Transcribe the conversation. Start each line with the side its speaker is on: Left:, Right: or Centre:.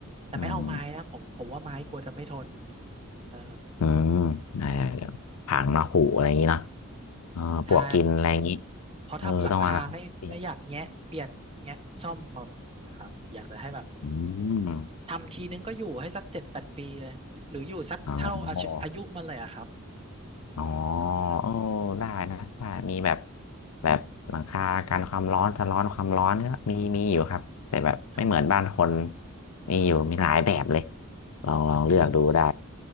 Right: แต่ไม่เอาไม้นะผมผมว่าไม้กลัวจะไม่ทน
Left: อืม
Right: เออ
Left: อืมใเดี๋ยวผังเนาะผูอะไรอย่างนี้เนาะ เออปลวกกินอะไรอย่างนี้
Right: ใช่เพราะถ้าหลังคาไม่ไม่อยากแงะเปลี่ยนแงะซ่อมบ่อยนะครับอยากจะให้แบบ
Left: เออต้องมาละเปลี่ยนอืม
Right: ทำทีนึงก็อยู่ให้สักเจ็ดแปดปีเลยหรืออยู่สักเท่าอายุอายุมันเลยอะครับ
Left: เอาอ๋อ
Right: อืม
Left: เออได้นะได้มีแบบแบบหลังคากันความร้อนสะร้อนความร้อนก็มีมีอยู่ครับแต่แบบไม่เหมือนบ้านคน
Right: อ่า
Left: มีอยู่มีหลายแบบเลยลองลองเลือกดูได้